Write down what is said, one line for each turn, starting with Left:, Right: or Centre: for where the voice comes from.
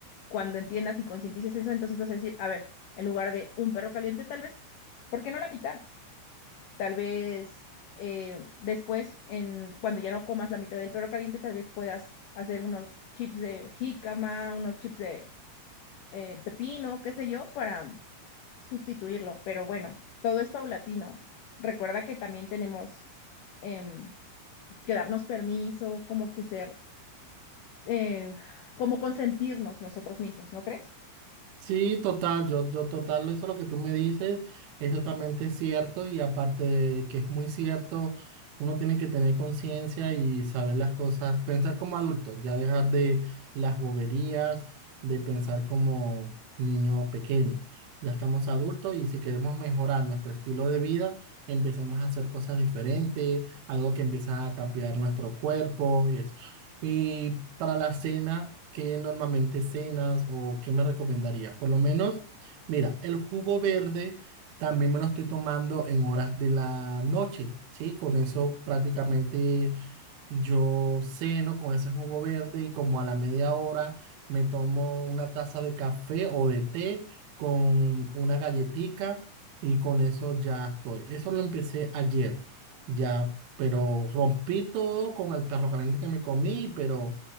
Left: Cuando entiendas y concientices eso, entonces vas a decir, a ver, en lugar de un perro caliente, tal vez, ¿por qué no la mitad? Tal vez eh, después, en, cuando ya no comas la mitad del perro caliente, tal vez puedas hacer unos chips de jícama, unos chips de eh, pepino, qué sé yo, para sustituirlo. Pero bueno, todo es paulatino. Recuerda que también tenemos em, que darnos permiso, como que ser, eh, como consentirnos nosotros mismos, ¿no crees?
Right: Sí, total, yo, yo total, eso lo que tú me dices es totalmente cierto y aparte de que es muy cierto, uno tiene que tener conciencia y saber las cosas, pensar como adulto, ya dejar de las boberías, de pensar como niño pequeño. Ya estamos adultos y si queremos mejorar nuestro estilo de vida, empecemos a hacer cosas diferentes, algo que empieza a cambiar nuestro cuerpo y eso. Y para la cena, ¿qué normalmente cenas o qué me recomendaría? Por lo menos, mira, el jugo verde también me lo estoy tomando en horas de la noche, ¿sí? Con eso prácticamente yo ceno con ese jugo verde y como a la media hora me tomo una taza de café o de té con una galletica y con eso ya estoy. Eso lo empecé ayer, ya, pero rompí todo con el perro caliente que me comí, pero